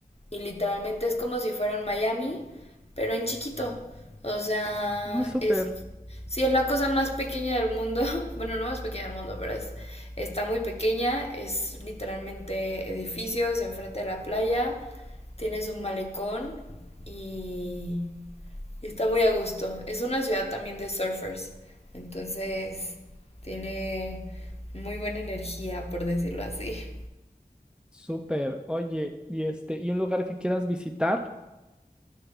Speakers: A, on the left; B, in the centre.
A: y literalmente es como si fuera un Miami, pero en chiquito. O sea,
B: no, súper,
A: es, sí, es la cosa más pequeña del mundo. <laughs> Bueno, no más pequeña del mundo, pero es, está muy pequeña. Es literalmente edificios enfrente de la playa. Tienes un malecón y y está muy a gusto. Es una ciudad también de surfers. Entonces, tiene muy buena energía, por decirlo así.
B: súper. Oye, y este, y un lugar que quieras visitar,